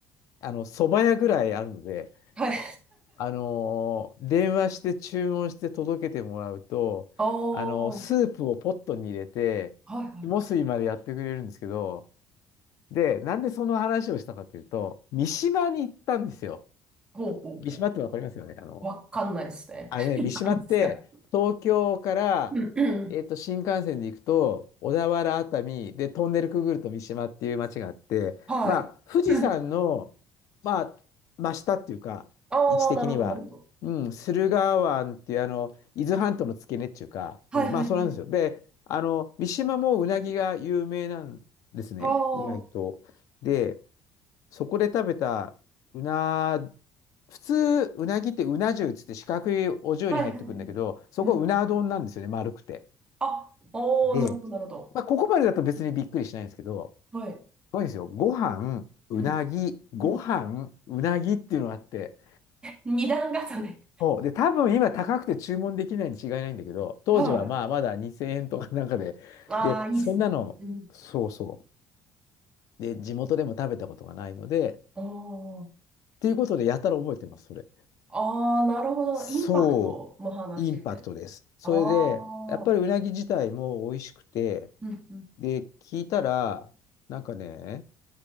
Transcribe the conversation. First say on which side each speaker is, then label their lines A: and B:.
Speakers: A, on the left; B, on the right.
A: あの、蕎麦屋ぐらいあるので、
B: はい。
A: あのー電話して注文して届けてもらうと、
B: <laughs> おー。
A: あのースープをポットに入れて、
B: はいはい。
A: 肝水いまでやってくれるんですけど、で、なんでその話をしたかというと、三島に行ったんですよ。
B: ほうほうほ
A: 三島ってわかりますよね。あの、
B: う。わかんないですね。
A: あのね、
B: <laughs>
A: 三島って、
B: 何ですか
A: 東京から、
B: うんうん
A: えっと、新幹線で行くと、小田原、熱海、で、トンネルくぐると三島っていう町があって、
B: はい。
A: まあ、富士山の、
B: うん
A: まあ、真下っていうか、
B: ああ、
A: 位置的には、
B: なるほど、なるほど。
A: うん、駿河湾っていう、あの、伊豆半島の付け根っていうか、
B: はいはいはい。
A: うん、まあ、そうなんですよ。で、あの、三島もうなぎが有名なんですね、
B: ああ、は
A: 意外と。で、そこで食べたうな、普通、うなぎってうな重っつって四角いお重に入ってくるんだけど、
B: いはいはい。
A: そこうな丼なんですよね、
B: うん。
A: 丸くて。
B: あ、おー、
A: で、
B: なるほど、なるほど。
A: まあ、ここまでだと別にびっくりしないんですけど、
B: はい。
A: すごいんですよ。ご飯、うなぎ、
B: うん。
A: ご飯、
B: うん。
A: うなぎっていうのがあって、
B: 二段重ね。
A: そう。で、多分今高くて注文できないに違いないんだけど、当時はまあまだ2000円とかなんかで、
B: はい。ああ、
A: で、
B: いいっすね。
A: そんなの、
B: うん。
A: そうそう。で、地元でも食べたことがないので、
B: あ
A: っていうことでやたら覚えてます、それ。
B: あ、ああ、なるほど。
A: そう、
B: インパクトの話みたいな。
A: インパクトです。それで、
B: ああ、
A: やっぱりうなぎ自体も美味しくて、
B: うんうん。
A: で、聞いたら、なんかね、